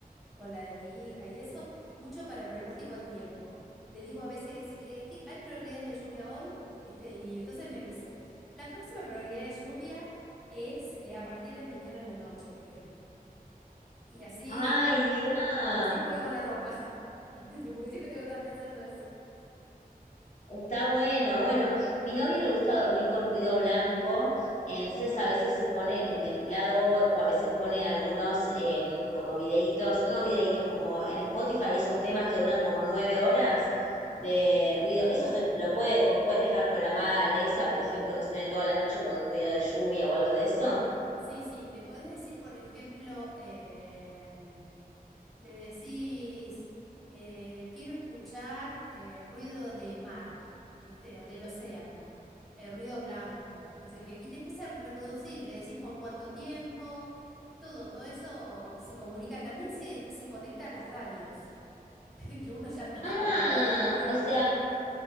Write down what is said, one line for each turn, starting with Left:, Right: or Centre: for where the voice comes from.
Centre: Con la de mi hija y eso, mucho para el pronóstico del tiempo. Le digo a veces, eh, ¿qué- ¿hay probabilidades de lluvia hoy? ¿Viste? Y entonces me dice, la próxima probabilidad de lluvia es eh, a partir de mañana a la noche, por ejemplo. Y así,
Left: Ay,
Centre: eh,
Left: mirá.
Centre: así cuelgo la ropa, <laughs> ¿viste? Porque siempre tengo que estar pensando eso.
Left: Está bueno, bueno, mi novio le gusta dormir con ruido blanco, entonces a veces se pone el ventilador o a veces pone algunos eh, como videitos, no videitos, como en Spotify esos temas que duran como nueve horas de ruido. Eso se lo puede, vos podés dejar programada Alexa, por ejemplo, que suene toda la noche con un ruido de lluvia o algo de eso.
Centre: Sí, sí, le podés decir, por ejemplo, em, le decís, eh, quiero escuchar eh, ruido de mar, ¿viste? O del océano, eh, ruido blanco, no sé qué. Y te empieza a reproducir, le decís por cuánto tiempo, todo, todo eso se comunica. También se, se conecta a las radios, <laughs> que uno ya no está
Left: Ah,
Centre: acostumbrado a las radios,
Left: o sea,
Centre: pero...